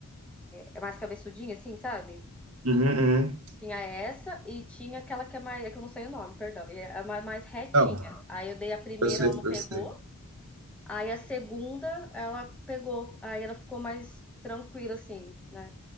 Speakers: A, in the centre; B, on the right.
A: é mais cabeçudinho, assim, sabe?
B: Uhum, uhum.
A: Tinha essa e tinha aquela que é mais, é que eu não sei o nome, perdão, e é é mais, mais retinha.
B: Não,
A: Aí eu dei a primeira,
B: eu sei,
A: ela não
B: eu
A: pegou,
B: sei.
A: aí a segunda ela pegou, aí ela ficou mais tranquila, assim, né?